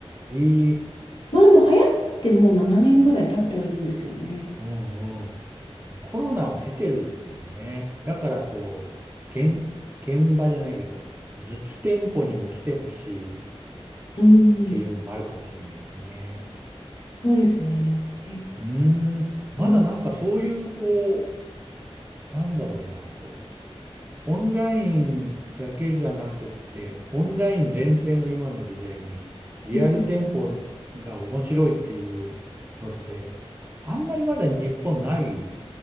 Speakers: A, on the right (about 20°); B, on the left (about 55°).
A: いい、
B: まあでも流行ってもう7年ぐらい経ってはいるんですよね。
A: うんうん。もうコロナを経てるんですね。だからこう、現、現場じゃないけど、実店舗にも来てほしいっ
B: うん、
A: ていうのもあるかもしれないですね。
B: そうですね。で、
A: うーん、まだなんかそういう、
B: うん、
A: こう、なんだろうな、こオンラインだけじゃなくって、オンライン全盛の今の時代に、リアル店舗が面白いっていうのって、
B: うん、
A: あんまりまだ日本ない